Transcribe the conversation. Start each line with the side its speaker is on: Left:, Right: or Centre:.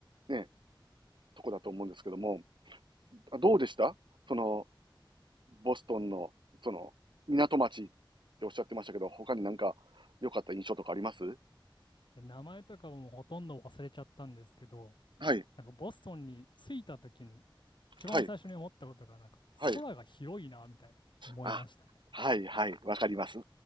Right: ね、とこだと思うんですけども、あどうでしたその、ボストンの、その、港町っておっしゃってましたけど、他になんか良かった印象とかあります
Left: いや名前とかもほとんど忘れちゃったんですけど、
Right: はい、
Left: なんかボストンに着いた時に一番最初に思ったことがなんか空が広いなみたいな思いましたね。
Right: はい、はい。あ、はい、はい、わかります。